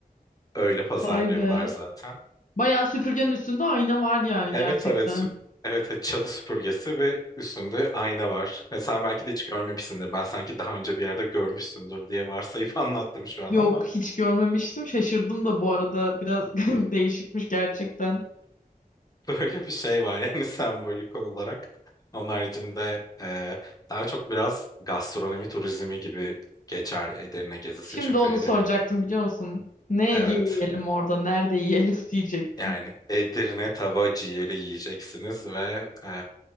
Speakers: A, on the left; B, on the left.
A: öyle pazarlıyorlar
B: Vay be.
A: zaten.
B: Bayağı süpürgenin üstünde ayna var yani
A: Evet
B: gerçekten.
A: evet süp- evet evet, çalı süpürgesi ve üstünde ayna var. E, sen belki de hiç görmemişsindir. Ben sanki daha önce bir yerde görmüşsündür diye varsayıp <laughs> anlattım şu an
B: Yok
A: ama.
B: hiç görmemiştim. Şaşırdım da bu arada. Biraz <laughs> değişikmiş gerçekten.
A: <laughs> Böyle bir şey var yani <laughs> sembolik olarak. Onun haricinde e, daha çok biraz gastronomi turizmi gibi geçer Edirne gezisi.
B: Şimdi
A: Çünkü
B: onu
A: Edirne'nin
B: soracaktım biliyor musun? Ne
A: evet
B: yiyelim orada? Nerede yiyelim <laughs> diyecektim.
A: yani Edirne tava ciğeri yiyeceksiniz ve e,